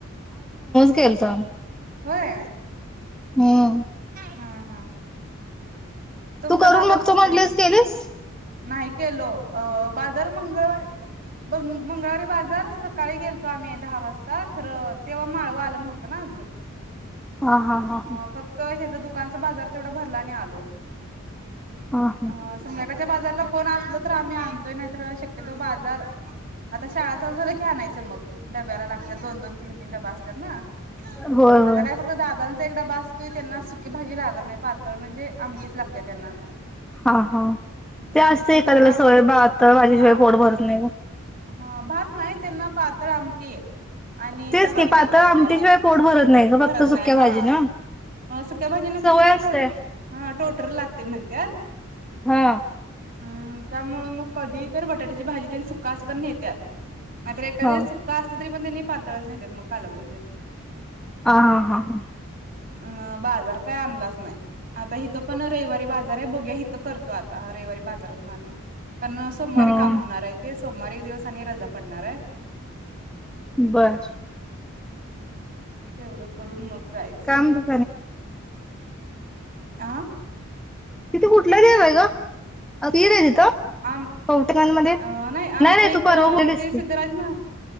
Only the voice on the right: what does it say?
होय
हा हा तुमचा
बाजार
कुठला
देशील
नाही केलो अ बाजार मंगळवारी ब मंगळवारी बाजार सकाळी गेलतो आम्ही दहा वाजता खरं तेव्हा माळव आलं न होतं ना
म फक्त ह्याचा दुकानचा बाजार तेवढा भरला नाही आलो
ह संग सच्या बाजारला कोण असल तर आम्ही आणतोय नाहीत शक्यतो बाजार आता शाळाचं झालं घ्या आणायचं मग डब्याला लागतात दोन दोन तीन तीन डबा असत ना
आता काय फक्त दादांचा एकड भासतोय त्यांना सुकी भाजी लागत नाही पातळ म्हणजे आमटच लागते त्यांना
मग
कसं
पण
हा
हा भात नाही त्यांना पात्र आमटी आहे आणि
चपाती
लागयला
द्याला
भरत
नाही
हा
असक्या भाजे न
कसं ते
टोट हा टोटर लागते म्हणत
हम् त्यामुळ मग कधी तर बटाट्याची भाजी त्यां सुका असल तर नहेत्याात मात्र एखादे
सुक्का असलं तरी पण त्यांनी पातळच नेतात मग कालवण ते
अ बाजार काय आणलाच नाही आता हिथं पण रविवारी बाजार आहे बोघ्या हिथं करतो आता रविवारी बाजारात नाणून कारण सोमवारी
काम होणार आहे ते सोमवारी एक दिवस आणि रजा पडणार आहे
तेवढं करून मग जायचं.
आ
आम
अ आमच्या
इथं
ते सिद्धराज
महा